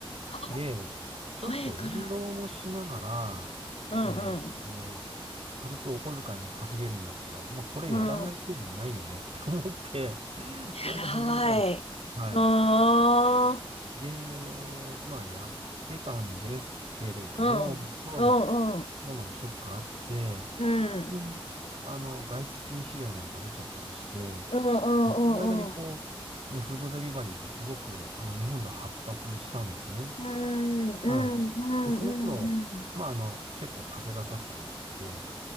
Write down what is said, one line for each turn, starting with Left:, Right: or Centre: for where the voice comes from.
Left: あ
Right: で、ちょっと運動もしながら、
Left: 前から。うんう
Right: えーっと、軽くお小遣いも稼げるんだったら、まあ、これやらない手はないよね
Left: ん。うん。
Right: <laughs> って思って、
Left: 偉い。
Right: それで始めたの。はい。
Left: うーん。
Right: で、まあ、やってたんですけれども、
Left: うん。
Right: コロナ、
Left: うんうん。
Right: コロナのショックがあって、
Left: うん。
Right: で、あの、外出禁止令なんか出ちゃったりして、
Left: うんうんうんうん。
Right: その間にこう、ね、フードデリバリーってすごく、あの、日本では発達したんですね。
Left: うんうんうんうんうん。
Right: はい。で、その頃、まあ、あの、結構風がさしてもらって、